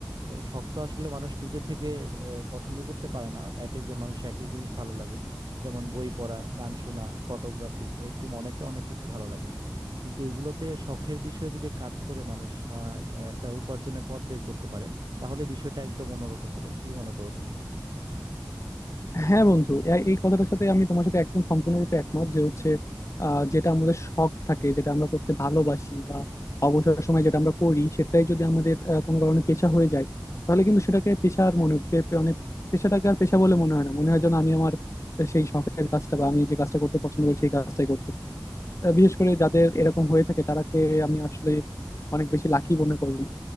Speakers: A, on the right; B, on the left.
A: তো শখ তো আসলে মানুষ নিজে থেকে আহ, পছন্দ করতে পারে না এক একজন মানুষ এক এক জিনিস ভালো লাগে যেমন বই পড়া গান শোনা ফটোগ্রাফি এরকম অনেকের অনেক কিছু ভালো লাগে কিন্তু এইগুলোতে শখের বিষয়ে যদি কাজ করে মানুষ আহ, একটা উপার্জনের পথ বের করতে পারে তাহলে বিষয়টা একদম অন্যরকম হবে কি মনে করো তুমি
B: হ্যাঁ বন্ধু এ- এই কথাটার সাথে আমি তোমার সাথে একদম সম্পূর্ণরূপে একমত যে হচ্ছে আহ, যেটা আমাদের শখ থাকে যেটা আমরা করতে ভালোবাসি বা অবসর সময় যেটা আমরা করি সেটাই যদি আমাদের আহ, কোনো কারণে পেশা হয়ে যায় তাহলে কিন্তু সেটাকে পেশার মনে পে- পে- মানে পেশাটাকে আর পেশা বলে মনে হয় না মনে হয় যেন আমি আমার সেই শখের কাজটা বা আমি যে কাজটা করতে পছন্দ করি সেই কাজটাই করতেছি আহ, বিশেষ করে যাদের এরকম হয়ে থাকে তারাকে আমি আসলে অনেক বেশি লাকি মনে করি